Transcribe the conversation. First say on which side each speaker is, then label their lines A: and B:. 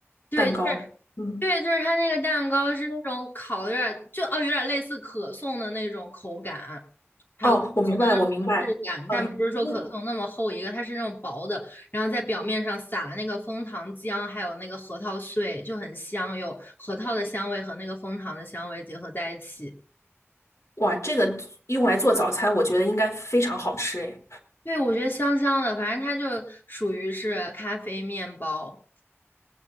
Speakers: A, on the left (about 45°); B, on the left (about 80°).
A: 对，
B: 蛋糕。
A: 就是对，
B: 嗯，
A: 就是它那个蛋糕是那种烤的有点就哦，有点类似可颂的那种口感，还有可颂的那种质感，
B: 哦，我明白，我明白。嗯嗯。
A: 但不是说可颂那么厚一个，它是那种薄的，然后在表面上撒了那个枫糖浆，还有那个核桃碎，就很香，有核桃的香味和那个枫糖的香味结合在一起。
B: 哇，这个用来做早餐，我觉得应该非常好吃诶。
A: 对，我觉得香香的，反正它就属于是咖啡面包。